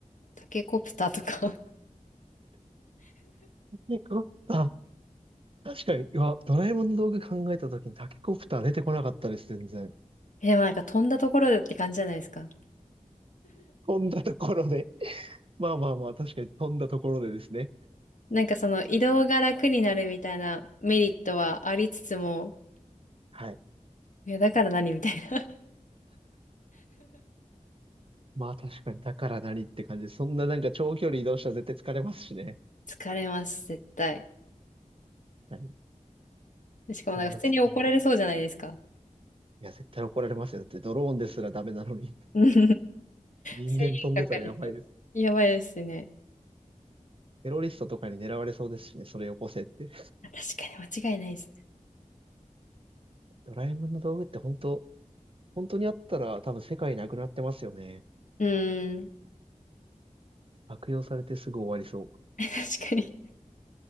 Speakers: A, on the left; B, on the right.
A: タケコプターとか <laughs>
B: よかった。確かに、うわ、ドラえもんの道具考えたときにタケコプター出てこなかったです、全然。
A: え、でもなんか飛んだところでって感じじゃないですか。
B: 飛んだところで。<laughs> まあまあまあ、確かに飛んだところでですね。
A: なんかその移動が楽になるみたいなメリットはありつつも、
B: はい。
A: いやだから何みたいな。<laughs>
B: まあ確かに、だから何って感じで、そんななんか長距離移動したら絶対疲れますしね。
A: 疲れます、絶対。
B: 確かに。
A: しかもなんか普通に怒られそうじゃないですか。
B: そんな使い。いや、絶対怒られますよ。だってドローンですらダメなのに。
A: <laughs>
B: <laughs>
A: うん
B: 人間飛んでたらやばいです。
A: 制限かかりそう。やばいですね。
B: テロリストとかに狙われそうですしね、それよこせって。
A: 確かに間違いないですね。
B: ドラえもんの道具って本当、本当にあったら多分世界なくなってますよね。
A: うーん。
B: 悪用されてすぐ終わりそう。
A: <laughs> 確かに。